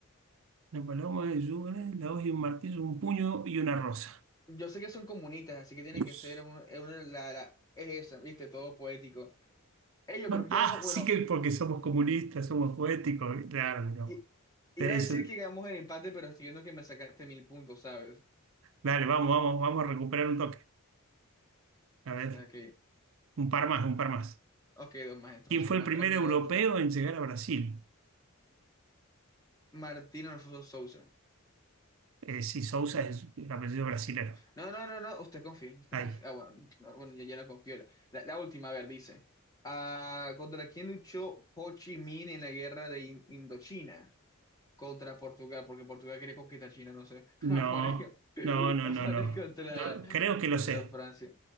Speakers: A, on the right; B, on the left.
A: Una paloma de lluvia, la hoz y un martillo, un puño y una rosa.
B: Yo sé que son comunistas, así que tiene
A: <laughs>
B: que ser un- eh, una, la, la- es eso, viste, todo poético. Ellos creo que
A: Ah,
B: quedamos, bueno,
A: sí que porque somos comunistas, somos poéticos. Claro, mira vos.
B: i-
A: Te-
B: iba a
A: eso-
B: decir que quedamos en empate, pero estoy viendo que me sacaste mil puntos, ¿sabes? O
A: Dale, vamos, vamos, vamos a recuperar un toque. A
B: sea
A: ver,
B: que,
A: un par más, un par más.
B: ok, dos más entonces,
A: ¿Quién fue
B: muéstrame
A: el primer europeo
B: el otro.
A: en llegar a Brasil?
B: Martín Alfonso Sousa.
A: Eh, sí, Sousa es el apellido brasilero.
B: No, no, no, no, usted confía, usted
A: Ahí.
B: confía. Ah, bueno, no, bueno, yo ya no confío. La, la la última, a ver, dice. Ah, ¿contra quién luchó Ho Chi Minh en la guerra de In- Indochina? contra Portugal, porque Portugal quería conquistar China, no sé. <laughs>
A: No,
B: La pone,
A: no, no,
B: la
A: no,
B: pone
A: no.
B: contra,
A: Yo creo que lo
B: contra
A: sé.
B: Francia.